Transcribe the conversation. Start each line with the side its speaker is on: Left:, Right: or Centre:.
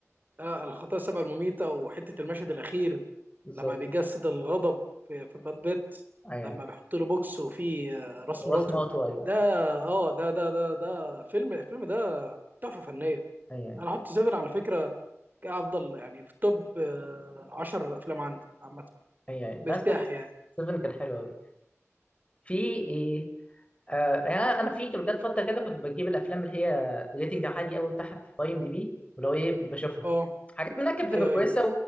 Right: آه الخطايا السبع المميتة وحتة المشهد الأخير
Left: بالظبط
Right: لما بيجسد الغضب في في براد بيت
Left: اي
Right: لما
Left: اي
Right: بيحط له بوكس وفيه آه، راس مراته
Left: واسمه اوتو ايوه
Right: ده اه ده ده ده ده فيلم الفيلم ده تحفه فنيه
Left: اي اي
Right: انا هحط سيفن على فكره كافضل يعني في توب 10 افلام عندي عامه
Left: اي اي لا
Right: مرتاح يعني
Left: 7 كان حلو قوي في ايه آه يعني انا انا في جت فتره كده كنت بجيب الافلام اللي هي ريتنج عالي قوي بتاعها في اي ام دي بي ولو ايه بشوفها
Right: اه
Left: حاجات منها كانت
Right: ايوه
Left: بتبقى كويسه
Right: ايوه